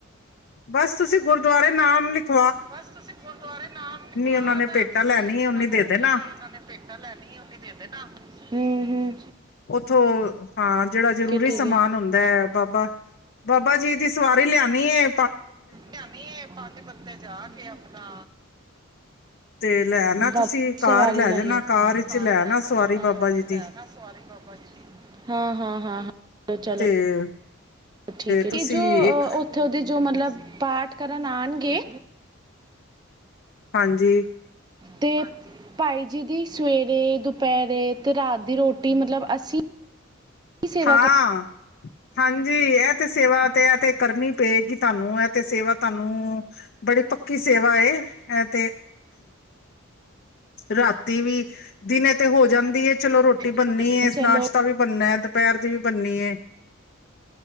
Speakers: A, on the left; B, on the right.
A: ਬਸ ਤੁਸੀਂ ਗੁਰਦੁਆਰੇ ਨਾਮ ਲਿਖ
B: ਬਸ ਤੁਸੀਂ ਗੁਰਦੁਆਰੇ ਨਾਮ ਨਿਖਵਾ
A: ਉਹਨਾਂ ਨੇ
B: ਆਣਾ,
A: ਭੇਟਾ
B: ਤੁਸੀਂ
A: ਲੈਣੀ
B: ਉਹਨਾ
A: ਓਨੀ
B: ਨੂੰ,
A: ਦੇ ਦੇਣਾ
B: ਜਿਨੀ ਉਹਨਾਂ ਨੇ ਭੇਟਾਂ ਲੈਣੀਆਂ ਉਹਨੇ ਹੂ ਹੂ
A: ਉੱਥੋਂ ਹਾਂ ਜਿਹੜਾ ਜਰੂਰੀ
B: ਠੀਕ
A: ਸਮਾਨ
B: ਹੈ
A: ਹੁੰਦਾ ਹੈ, ਬਾਬਾ ਬਾਬਾ ਜੀ ਦੀ ਸਵਾਰੀ ਲਿਆਦੇ ਬੀ ਐ
B: ਲਿਆਣੀ ਐ, ਪੰਜ ਬੱਦੇ ਜਾ ਕੇ ਆਪਣਾ
A: ਤੇ ਲੈ ਨਾ
B: ਬਾਬਾ
A: ਤੁਸੀਂ ਕਾਰ
B: ਸਵਾਰੀ ਲੈ
A: ਜਾਣਾ
B: ਆਈਏ, ਹਾਂ ਤੁਸੀਂ
A: ਵਿੱਚ
B: ਕਾਰ
A: ਲੈ
B: ਲੇ
A: ਨਾ ਸਵਾਰੀ
B: ਜਾਣਾ ਕਾਰ
A: ਬਾਬਾ ਜੀ
B: ਚ
A: ਦੀ
B: ਲੇ ਆਣਾ ਸਵਾਰੀ ਬਾਬਾ ਜੀ ਦੀ, ਹਾਂ ਹਾਂ ਹਾਂ ਚਲੋ
A: ਤੇ
B: ਠੀਕ ਏ,
A: ਤੁਸੀਂ
B: ਤੇ ਜੋ
A: ਇੱਕ
B: ਉੱਥੇ ਦੇ ਜੋ ਮਤਲੱਬ ਪਾਠ ਕਰਨ ਆਉਣਗੇ
A: ਹਾਂਜੀ
B: ਤੇ ਭਾਈ ਜੀ ਦੀ ਸਵੇਰੇ ਦੁਪਹਿਰੇ ਤੇ ਰਾਤ ਦੀ ਰੋਟੀ ਮਤਲੱਬ ਅਸੀਂ ਹੀ ਸੇਵਾ
A: ਹਾਂ ਹਾਂਜੀ ਹੈ ਤੇ ਸੇਵਾ ਇਹ ਤੇ ਕਰਨੀ ਪਏਗੀ ਤੁਹਾਨੂੰ, ਐ ਤੇ ਸੇਵਾ ਤੁਹਾਨੂੰ ਬੜੀ ਪੱਕੀ ਸੇਵਾ ਏ ਤੇ ਰਾਤੀ ਵੀ ਦਿਨੇ ਤੇ ਹੋ ਜਾਂਦੀ ਚਲੋ ਰੋਟੀ ਬਣਨੀ
B: ਕਰ
A: ਏ,
B: ਚਲੋ
A: ਨਾਸ਼ਤਾ ਵੀ ਬਣਨਾ ਦੁਪਹਿਰ ਦੀ ਵੀ ਬੰਨੀ ਏ,